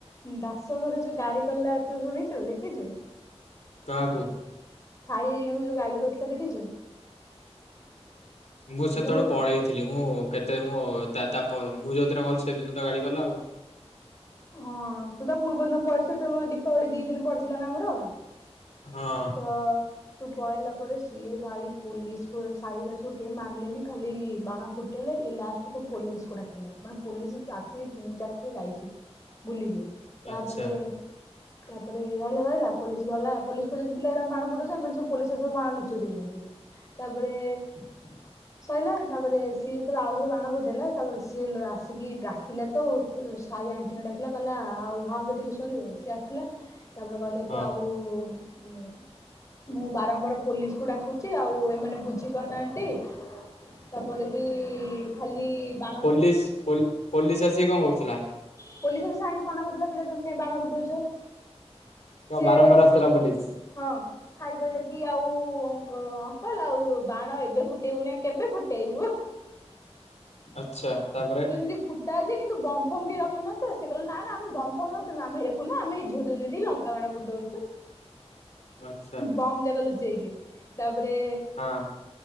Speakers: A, on the left; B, on the left.
A: ଦାସଘର ଯୋଉ ଗାଳି କଲା ତୁ ଶୁଣିଛୁ, ଦେଖିଛୁ?
B: କାହାକୁୁ?
A: ସାଇ ହେରିକାଙ୍କୁ ଯୋଉ ଗାଳି କରିଥିଲା, ଦେଖିଛୁ?
B: ମୁଁ ସେତେବେଳକୁ
A: ଯୋଉ
B: ପଳେଇଥିଲି। ମୁଁ କେତେ ମୁଁ ତା ତା ପ ମୁଁ ଯୋଉଦିନ ଗଲି ସେଇଦିନ ତ ଗାଳି କଲା ଆଉ।
A: ହଁ ତୁ ତା ପୂର୍ବ ଦିନ ପଳେଇଥିଲୁ, ତେଣୁକରି ଦୀପାବଳି ଦି ଦିନ ପଡିଥିଲା ନା ଆମର।
B: ହଁ।
A: ତ ତୁ ପଳେଇଲା ପରେ ସିଏ ଭାଇ ପୋଲିିସ୍ କୁ ସାଇ ହେରିକା କେହି ମନିଲେନି ଖାଲି ବାଣ ଫୁଟ ଫୁଟାଇଲେ ଇଏ ଲାଷ୍ଟକୁୁ ପୋଲିସକୁ ଡକିଲା। ମାନେ ପୋଲିସ ଆସିକି ତିନି ଚାରିଥର ଯାଇଛି।
B: <inaudible>
A: ବୁଲିକି ତାପରେ
B: ଆଚ୍ଛା
A: ତାପରେ ରହିଲା ରହିଲା ପୋଲିସ ଵାଲା ପୋଲିସ ପୋଲିସ ଥିଲେ ବାଣ ଫୁଠଉଛନ୍ତି ଏମାନେ ସବୁ ପୋଲିସ ଶସକ ବାଣ ଲୁଚେଇ ଦଉଛନ୍ତି, ତାପରେ
B: ହୁଁ <inaudible>
A: ସଇଲା ତାପରେ ସିଏ ତ ଆଉଥରେ ବାଣ ଫୁଟେଇଲା ତାପରେ ସିଏ ଆସିକି ଡାକିଲେ ତଉ। ସାଇ ଆଣ୍ଟିଙ୍କ ଡାକିଲା କହିଲା ଆଉ ଭାଉଜ ଟିକେ ଶୁଣିବେ, ସିଏ ଆସିଲା। ତାପରେ କହିଲେ
B: ହଁ
A: କି ଆଉ ଉ ମୁଁ ବାରମ୍ବାର ପୋଲିସକୁ ଡାକୁଛି ଆଉ ଏମାନେ ବୁଝି ପାରୁନାହାନ୍ତି। ତାପରେ ବି ଖାଲି ବାଣ
B: ପୋଲିସ, ପୋଲିସ ଆସିକି କଣ କରୁଥିଲା?
A: ପୋଲିସର ସାଙ୍ଗ ମନା କରିଥିଲା ପିଲା ତମେ କାଇ ବାଣ ଫୁଟଉଛ,
B: କଣ
A: ସିଏ
B: ବାରମ୍ବାର
A: ସା
B: ଆସୁଥିଲା ପୋଲିସ।
A: ହଁ। ସାଇ କହିଲେ କି ଆଉ ଅଙ୍କ ଅଙ୍କଲ ଆଉ ବାଣ ଏବେ ଫୁଟେଇବୁନି କେବେ ଫୁଟେଇବୁ?
B: ଆଚ୍ଛା, ତାପ
A: ସେ <unintelligible> ଫୁଟ୍ ତା ଯେ କିନ୍ତୁ ବମ୍ ଫମ କିଏ ରଖିନାହାନ୍ତି ତ। ସେ କହିଲ ନା ଆମେ ବମ୍ ଫମ ରଖିନୁ। ଆମେ ଏକୁ ନୁହଁ ଝୁରିଝୁରି ଲଙ୍କା ଙ୍କା ବାଣ ଫୁଟଉଛୁ।
B: ଆଚ୍ଛା
A: ବମ୍ ଯାକ ଲୁଚେଇକି ତାପରେ
B: ହଁ।